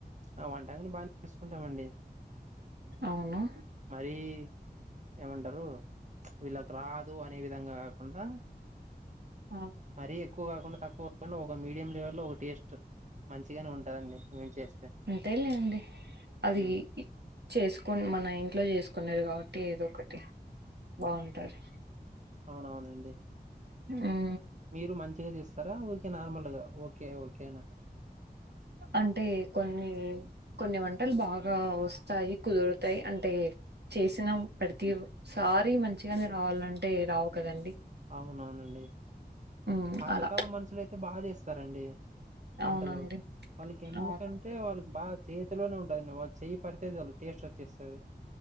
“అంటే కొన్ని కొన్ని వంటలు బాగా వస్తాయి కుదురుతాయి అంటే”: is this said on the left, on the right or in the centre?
Right